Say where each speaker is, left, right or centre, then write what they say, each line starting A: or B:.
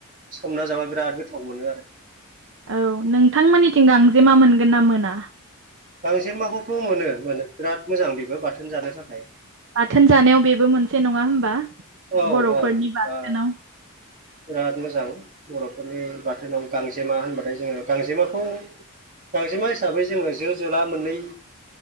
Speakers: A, on the right (about 35°); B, on the right (about 55°).
A: सोमना जाबा बिराद गोथाव मोनो आरो।
B: औ नोंथांमोननिथिं गांजेमा मोनगोन ना मोना?
A: गांजेमाखौथ' मोनो मोनो बिराद मोजां बेबो बाथोन जानो थाखाय।
B: बाथोन जानायाव बेबो मोनसे नङा होम्बा।
A: औ
B: बर'फोरनि
A: औ
B: बाथोनाव।
A: दा बिराद मोजां, बर'फोरनि बाथोनाव गांजेमा होनबाथाय जोङो गांजेमाखौ गांजेमा हिसाबै जोङो जो जोला मोननै